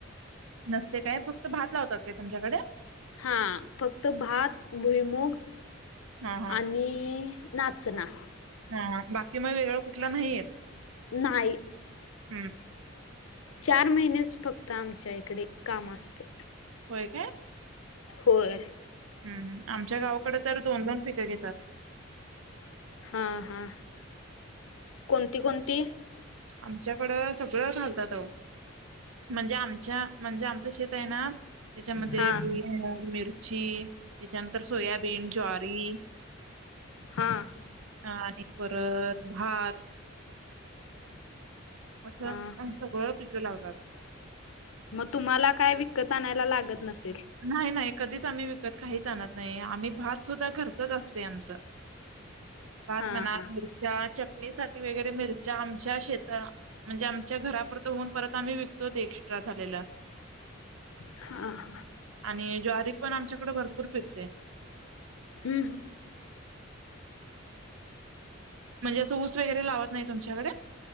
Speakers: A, on the right; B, on the left.
A: नसते काय फक्त भात लावतात काय तुमच्याकडे.
B: हा फक्त भात भुईमूग.
A: हा हा
B: आणि नाचना
A: हा बाकी मग वेगळ कुठल नाही येत.
B: नाही.
A: हं,
B: चार महिनेच फक्त आमच्या इकडे काम असतं.
A: होय का
B: होय
A: हम्मम आमच्या गावाकडे तर दोन दोन पिकं घेतात
B: हा हा कोणती कोणती
A: आमच्याकडं सगळं घालतात अहो.... म्हणजे आमच्या म्हणजे आमचं शेत आहे ना त्याच्यामध्ये
B: हा
A: भुई मिरची त्याच्यानंतर सोयाबीन ज्वारी...
B: हा
A: आणि परत भात असं
B: हा
A: आम्ही सगळं पिकं लावतात.
B: मग तुम्हाला काय विकत आणायला लागत नसेल.
A: नाय नाय कधीच आम्ही विकत काहीच आणत नाही आम्ही भात सुद्धा घरचच असतय आमचं. भात
B: हा
A: म्हणा
B: हा
A: मिरच्या चटणी साठी वगैरे मिरच्या आमच्या शेतात.. म्हणजे आमच्या घरापुरत होऊन परत आम्ही विकतो ते एक्स्ट्रा झालेल.
B: हाह...
A: आणि ज्वारी पण आमच्याकडे भरपूर पिकते.
B: हम्म.
A: म्हणजे असं ऊस वगैरे लावत नाही तुमच्याकडे.....